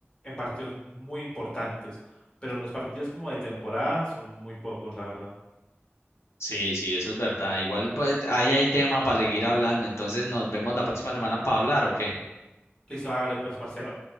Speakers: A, on the left; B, on the left.
A: en partidos muy importantes, pero los partidos como de temporada son muy pocos, la verdad.
B: Sí, sí, eso es verdad. Igual pues, ahí hay tema para seguir hablando. Entonces, nos vemos la próxima semana para hablar, ¿ok?
A: Listo, hágale pues, parcero.